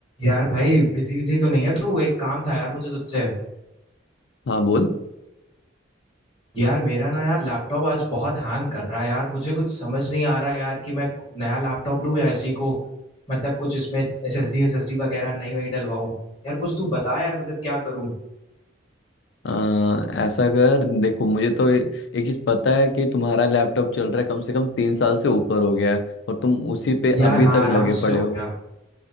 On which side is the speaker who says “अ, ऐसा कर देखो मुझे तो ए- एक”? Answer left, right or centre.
Left